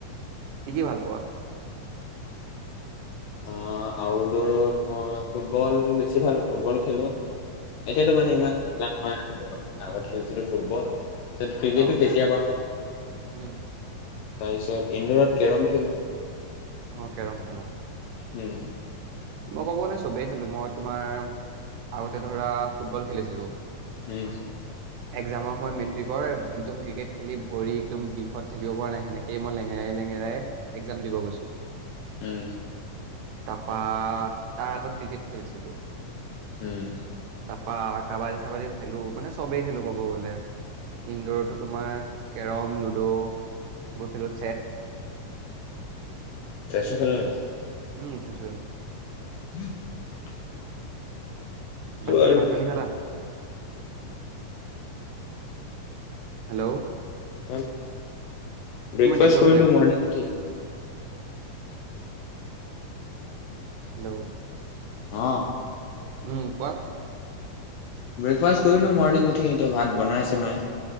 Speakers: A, on the right; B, on the left.
A: কি কি ভাল পোৱা?
B: অ, আউটডৰত মই ফুটবল বেছি ভাল ফুটবল খেলো এতিয়াতো মানে ইমান খেলা নহয় আৰু আগত খেলছিলো ফুটবল ক্ৰিকেটো
A: অ',
B: কেতিয়াবা
A: উম,
B: তাৰ পিছত, ইঁডৰত কেৰম খেলো।
A: অ, কেৰম খেলা
B: উম।
A: মই ক'ব ন চবেই খেলো মই তোমাৰ। আৰু এটাধৰা। ফুটবল খেলিছিলোঁ।
B: উম।
A: একজামৰ সময়ত মেট্ৰিকৰ একদম ক্ৰিকেট খেলি ভৰি একদম বিষত থাকিব পৰা নাই, সেনেকেইে মই লেঙেৰাই লেঙেৰাই এক্জাম দিব গৈছো।
B: উম।
A: তাপা। আহ তাৰ আগত ক্ৰিকেট খেলিছিলো।
B: উম।
A: তাৰপৰা কাবাডী চাবাডী খেলো মানে চবেই খেলোঁ, ক'ব গ'লে ইনডোৰৰতো তোমাৰ কেৰম লুডো এইবোৰ খেলো।
B: চেছো খেলনি <unintelligible>
A: উম চেছু খেলো।
B: উম <unintelligible>
A: বাকী
B: আৰু
A: ভাত পানী খালা? হেল্ল'।
B: অঁ।
A: তোমাৰ
B: ব্ৰেকফাষ্ট
A: নেটৱৰ্ক
B: কৰিলো
A: বেয়া।
B: মৰ্নিং উঠি।
A: হেল্ল'।
B: অহ।
A: উম কোৱা।
B: ব্ৰেকফাষ্ট কৰিলো মৰ্ণিং উঠি এতিয়া ভাত বনাই আছে মায়।